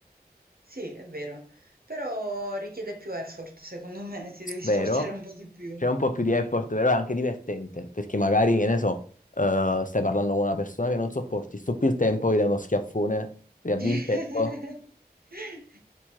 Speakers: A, on the right; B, on the left.
A: Sì, è vero, però richiede più effort, secondo me, ti devi
B: vero?
A: sforzare un po' di più.
B: C'è un po' più di effort, però è anche divertente, perché magari, che ne so, eh, stai parlando con una persona che non sopporti, stoppi il tempo, gli dai uno schiaffone, riavvi
A: <laughs>
B: il tempo